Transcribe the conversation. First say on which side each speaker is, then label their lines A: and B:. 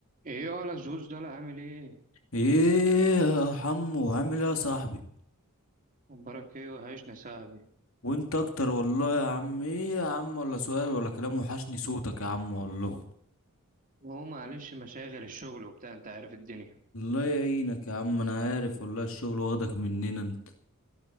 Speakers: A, on the right; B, on the left.
A: ايه ولا زوز ده لا عامل ايه
B: ايه يا حمو عامل ايه يا صاحبي
A: مبارك ايه وحشنا يا صاحبي
B: وانت اكتر والله يا عم ايه يا عم ولا سؤال ولا كلام وحشني صوتك يا عم والله
A: هو معلش مشاغل الشغل وبتاع انت عارف الدنيا
B: الله يعينك يا عم انا عارف والله الشغل واخدك مننا انت